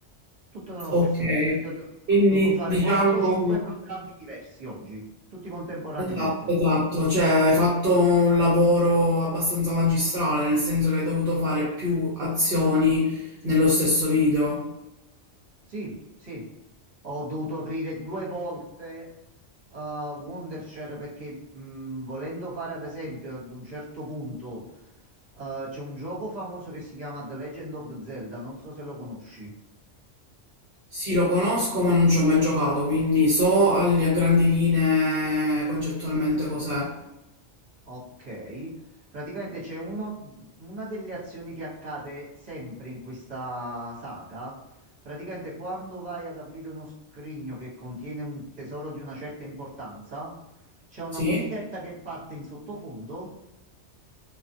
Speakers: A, on the right (about 40°); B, on the right (about 60°).
A: Tutto nello
B: Ok,
A: stesso video. Quindi ho do-
B: quindi
A: dovuto usare
B: diciamo,
A: 4-5 programmi diversi oggi, tutti contemporaneamente.
B: esatto, esatto, cioè hai fatto un lavoro abbastanza magistrale, nel senso che hai dovuto fare più azioni nello stesso video.
A: Sì, sì, ho dovuto aprire due volte eh, Wondershare perché mh, volendo fare ad esempio ad un certo punto eh, c'è un gioco famoso che si chiama The Legend of Zelda, non so se lo conosci.
B: Sì, lo conosco, ma non ci ho mai giocato, quindi so al- a grandi linee concettualmente cos'è.
A: Ok, praticamente c'è uno- una delle azioni che accade sempre in questa saga. Praticamente quando vai ad aprire uno scrigno che contiene un tesoro di una certa importanza, c'è una
B: Sì?
A: musichetta che parte in sottofondo